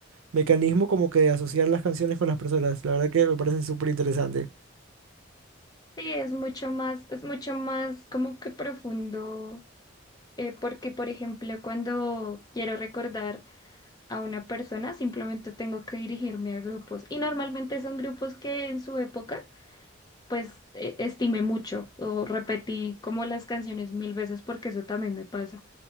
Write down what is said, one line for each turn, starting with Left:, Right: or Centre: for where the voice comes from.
Right: mecanismo como que de asociar las canciones con las personas. La verdad que me parece súper interesante.
Left: Sí, es mucho más, es mucho más como que profundo eh, porque, por ejemplo, cuando quiero recordar a una persona, simplemente tengo que dirigirme a grupos. Y normalmente son grupos que en su época, pues, eh, estimé mucho o repetí como las canciones mil veces, porque eso también me pasa.